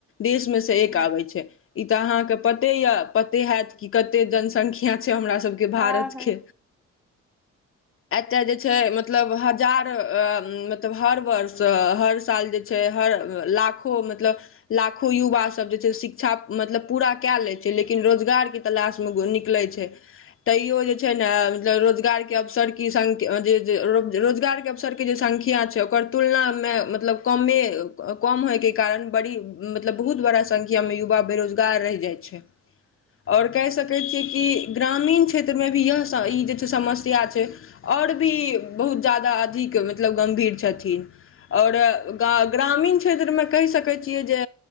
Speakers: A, on the left (about 45°); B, in the centre.
A: देश में से एक
B: हूँ,
A: आबै छै इ त अहां के पते ये पते हैत की कते जनसंख्या छै हमरा सब भारत
B: हाँ हाँ
A: के एतय जे छै मतलब हजार मतलब हर वर्ष हर साल जे छै हर लाखो मतलब लाखो युवा सब जे छै शिक्षा मतलब पूरा कए लै छै लेकिन रोजगार के तलाश मे निकलै छै तैयो जे छै ने मतलब रोजगार के अवसर की संख्य जे जे रो रोज रोजगार के अवसर के जे संख्या किये छै ओकर तुलनामे मतलब कमे क कम होइके कारण बड़ी मतलब बहुत बड़ा संख्या में युवा बेरोजगार रहि जाय छै आऔर कहि सकै कहै छियै कि ग्रामीण छ क्षेत्र मे भी यह स ई जे छै समस्या छै आओर भी बहुत जादा अधिक मतलब गंभीर छथिनऔर गा ग्रामीण क्षेत्रमें कहि सकै छियै जे